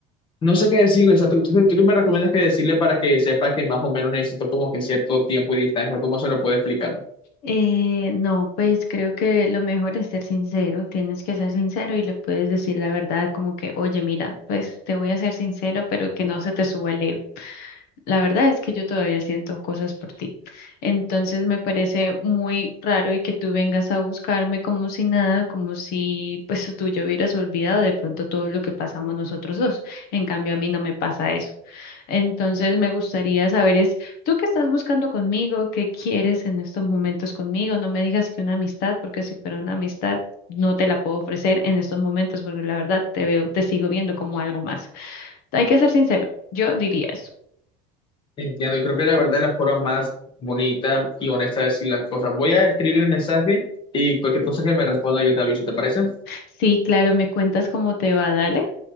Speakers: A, on the left; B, on the left.
A: no sé qué decirle, o sea, tú, tú- tú me recomiendas que decirle para que sepa que más o menos necesito como que cierto tiempo y distancia, ¿no? ¿cómo se lo puedo explicar?
B: Eh, no, pues creo que lo mejor es ser sincero, tienes que ser sincero y le puedes decir la verdad como que, oye, mira, pues te voy a ser sincero, pero que no se te suba el ego. La verdad es que yo todavía siento cosas por ti. Entonces me parece muy raro y que tú vengas a buscarme como si nada, como si pues tú ya hubieras olvidado de pronto todo lo que pasamos nosotros dos. En cambio, a mí no me pasa eso. Entonces me gustaría saber es, ¿tú qué estás buscando conmigo? ¿Qué quieres en estos momentos conmigo? No me digas que una amistad, porque si fuera una amistad, no te la puedo ofrecer en estos momentos, porque la verdad te veo, te sigo viendo como algo más. Hay que ser sincero, yo diría eso.
A: Entiendo, y creo que la verdad es la forma más bonita y honesta de decir las cosas. Voy a escribir el mensaje y cualquier cosa que me responda yo te aviso, ¿te parece?
B: Sí, claro, me cuentas cómo te va, dale.